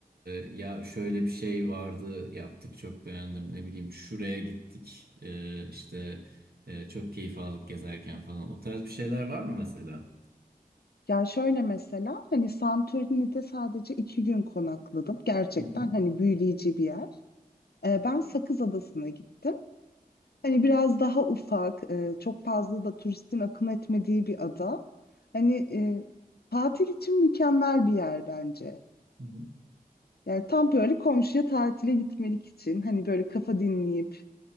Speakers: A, on the right; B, on the left.
A: e, ya şöyle bir şey vardı yaptık çok beğendim ne bileyim şuraya gittik e, işte e, çok keyif aldık gezerken falan. O tarz bir şeyler var mı mesela?
B: Ya şöyle mesela hani Santorini'de sadece iki gün konakladım. Gerçekten
A: Hı hı.
B: hani büyüleyici bir yer. Ee, ben Sakız Adası'na gittim. Hani biraz daha ufak, e, çok fazla da turistin akın etmediği bir ada. Hani e, tatil için mükemmel bir yer bence.
A: hı hı.
B: Yani tam böyle komşuya tatile gitmelik için hani böyle kafa dinleyip